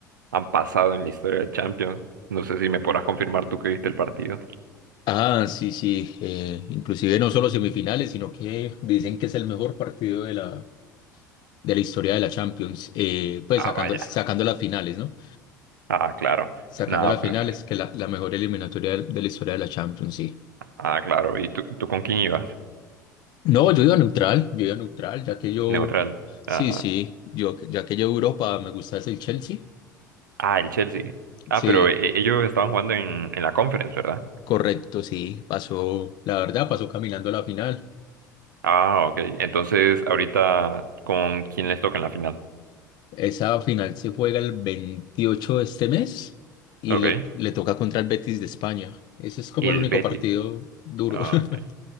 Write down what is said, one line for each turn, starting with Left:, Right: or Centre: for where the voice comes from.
Right: han pasado en la historia de Champions. No sé si me podrás confirmar tú que viste el partido.
Left: Ah, sí, sí. eh, inclusive no solo semifinales, sino que dicen que es el mejor partido de la, de la historia de la Champions. eh, pues
Right: Ah,
Left: sacando,
Right: vaya.
Left: sacando las finales, ¿no?
Right: Ah, claro.
Left: Sacando
Right: Nada,
Left: las
Right: pues.
Left: finales, que la, la mejor eliminatoria de, de la historia de la Champions, sí.
Right: Ah, claro. ¿Y tú, tú con quién ibas?
Left: No, yo iba neutral, yo iba neutral, ya que yo,
Right: Neutral.
Left: sí,
Right: Ah,
Left: sí, yo, ya que yo Europa me gusta es el Chelsea,
Right: ah, el Chelsea. Ah,
Left: sí.
Right: pero eh, ellos estaban jugando en, en la Conference, ¿verdad?
Left: Correcto, sí, pasó, la verdad, pasó caminando a la final.
Right: Ah, ok. Entonces, ahorita, ¿con quién les toca en la final?
Left: Esa final se juega el 28 de este mes y
Right: Ok.
Left: le, le toca contra el Betis de España. Ese es como
Right: El
Left: el único
Right: Betis.
Left: partido duro.
Right: Ah,
Left: <laughs>
Right: ok.